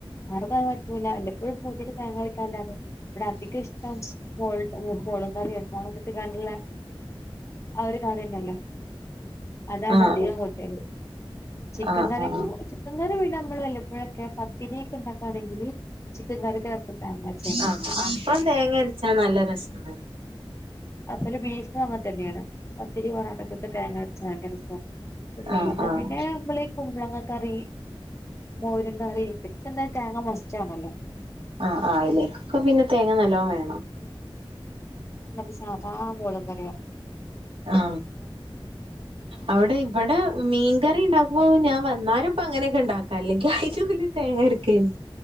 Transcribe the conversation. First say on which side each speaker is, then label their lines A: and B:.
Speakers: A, on the left (about 30°); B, on the right (about 75°).
A: അത് പറ്റൂല വല്ലപ്പോഴും തേങ്ങ ഇവിടെ അധികം ഇഷ്ട്ടം മോൾഡ്ണതാ <unintelligible> ആ ഒരു കറി ഉണ്ടല്ലോ അതാണ്
B: ആഹ്
A: അധികം കൂട്ടൽ ചിക്കൻ
B: ആഹ്
A: കറിം
B: ആഹ്
A: ചിക്കൻ ക റി പിന്നെ നമ്മള് വല്ലപ്പൊഴൊക്കെ പത്തിരി ഉണ്ടാക്കാണെങ്കില് ചിക്കൻ കറിക്ക് രസം തേങ്ങ അരച്ച തന്നെയാണ്
B: ആ അപ്പം തേങ്ങയര്ച്ചാ നല്ല രസാണ്
A: അത് പോലെ ബീഫും അങ്ങൻ തന്ന്യണ് പത്തിരി പൊറാട്ട ക്കൊക്കെ തേങ്ങ അരച്ച ഭയങ്കര രസാ <unintelligible>
B: ആഹ് ആഹ്
A: പിന്നെ ഞമ്മളീ കുമ്പളങ്ങ കറി മോരും കറി <unintelligible> തേങ്ങ മസ്റ്റ് ആണല്ലോ
B: ആ ആ അയിലേക്കൊക്കെ പിന്നെ തേങ്ങ നല്ലോം വേണം
A: ഇന്നത് സാദാ മോരും കറ്യാ
B: ആ അവിടെ ഇവിടെ മീൻ കറി ഉണ്ടാക്കുമ്പം ഞാൻ വന്നാരെ ഇപ്പൊ അങ്ങനെക്കെ ഉണ്ടാക്ക അല്ലെങ്കി അയിലും ഓല് തേങ്ങ അര്ക്കേനി